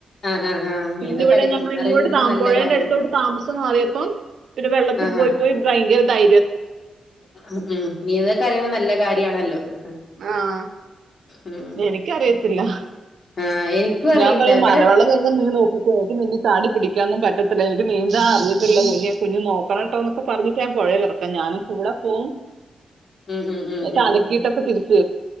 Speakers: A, on the left; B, on the right.
A: ആഹ് ആഹ് ആഹ്
B: പിന്ന
A: നീന്തൊക്കെ
B: ഇവിടെ
A: അടിക്കുന്ന
B: ഞങ്ങ ഇങ്ങോട്ട്
A: അറിയുന്നത്
B: ത
A: നല്ല
B: പുഴേന്റെ
A: കാര്യല്ലേ
B: അടുത്തോട്ട് താമസം മാറിയപ്പം പിന്നെ വെള്ള
A: ആഹ് ആഹ്
B: പോയിപോയി ബയ്ങ്കര ധൈര്യ
A: ഉം നീന്തക്ക അറിയുന്നത് നല്ല കാര്യമാണല്ലോ ഇത്
B: ആഹ
A: ഉം
B: എനിക്കറിയത്തില്ല
A: ആഹ് എനിക്കും അറിയില്ല
B: ഞാൻ പറ
A: ഇവിടെ
B: മലവെള്ളം വരുമ്പോൾ നീ നോക്കോ <unintelligible> ചാടി പിടിക്കാനന്നും പറ്റത്തില്ല എനിക്ക് നീന്താ അറിയത്തില്ല കുഞ്ഞെ കുഞ്ഞുഞ് നോക്കണംട്ടോന്നൊക്കെ പറഞ്ഞട്ട് ഞൻ പുഴേറക്ക ഞാനും കൂടെ പോം
A: ഉം ഉം ഉം
B: ന്നിട്ടലക്കീട്ടൊക്കെ
A: ഉം
B: തിര